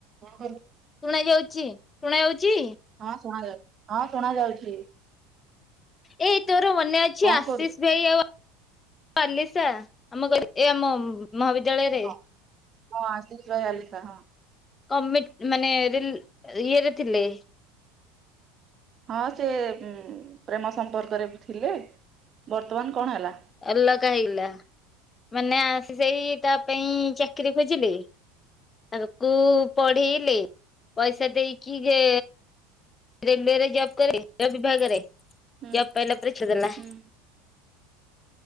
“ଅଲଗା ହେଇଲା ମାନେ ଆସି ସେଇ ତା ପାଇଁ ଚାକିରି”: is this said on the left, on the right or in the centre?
Left